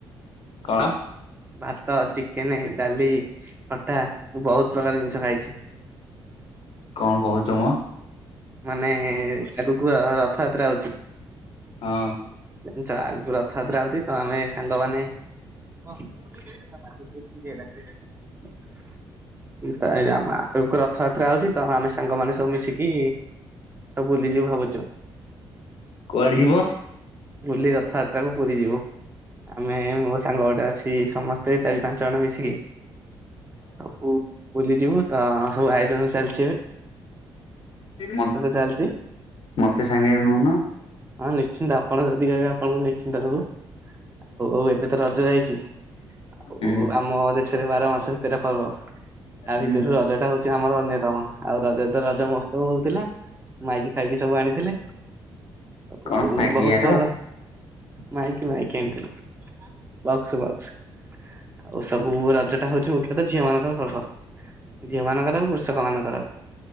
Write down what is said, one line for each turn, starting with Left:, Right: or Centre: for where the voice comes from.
Left: କଣ?
Right: ଭାତ, ଚିକେନେ, ଡାଲି, ଖଟା ମୁଁ ବହୁତ ପ୍ରକାର ଜିନିଷ ଖାଇଛି।
Left: କଣ କହୁଚ ମୋ।
Right: ମାନେ ଆଗକୁ ର-ରଥଯାତ୍ରା ଆଉଛି।
Left: ହଁ।
Right: ଜାଣିଚ ଆଗକୁ ରଥଯାତ୍ରା ଆଉଚି ତ ଆମେ ସାଙ୍ଗମାନେ <unintelligible> ମୁଁ ତ ଆ, ଆମ ଆଗକୁ ରଥଯାତ୍ରା ଆଉଛି ତ ଆମେ ସାଙ୍ଗ ମାନେ ସବୁ ମିଶିକି କି ସ ବୁୁଲିଯିବୁ ଭାବୁଛୁ।
Left: କୁଆଡେ ଯିବ?
Right: ବୁଲି ରଥଯାତ୍ରା କୁ ପୁରୀ ଯିବୁ। ଆମେ ମୋ ସାଙ୍ଗ ଗୋଟେ ଅଛି। ଚି, ସମସ୍ତେ ଚାରି ପାଞ୍ଚ ଜଣ ମିଶିକି ସବୁ ବୁଲିଯିବୁ। ତ ସବୁ ଆୟୋଜନ ଚାଲ
Left: ମୋ
Right: ଚାଲିଛି
Left: ମୋତେ ସାଙ୍ଗରେ ନଉନ।
Right: ହଁ ନିଶ୍ଚିନ୍ତ ଆପଣ ଯଦି କହିବେ ଆପଣଙ୍କୁ ନିଶ୍ଚିନ୍ତ ନବୁ। ଆ, ଅଉ ଅଉ ଏବେ ତ ରଜ ଯାଇଚି। ଆଉ
Left: ଉଁ
Right: ଆମ ଦେଶରେ ବାର ମାସରେ ତେର ପର୍ବ। ଆ
Left: ଉଁ
Right: ଭିତରୁ ରଜ ଟା ହଉଛି ଆମର ଅନ୍ୟତମ। ଆଉ ରଜ ରେ ତ ରଜ ମହୋତ୍ସ ତ ହଉଥିଲା, ମାଇକି ଫାଇକି ସବୁ ଆଣିଥିଲେ। ଆଉ
Left: କଣ ମ୍ୟାଗି
Right: ବହୁତ
Left: ଆଣିଥିଲ
Right: ଭଲ। ମାଇକି ମାଇକି ଆଣିଥିଲୁ। Box, box. ଆଉ ସବୁ ରଜ ଟା ହଉଛୁ ମୁଖ୍ୟତଃ ଝିଅ ମାନଙ୍କର ପର୍ବ। ଝିଅ ମାନଙ୍କର ଆଉ କୃଷକ ମାନଙ୍କର।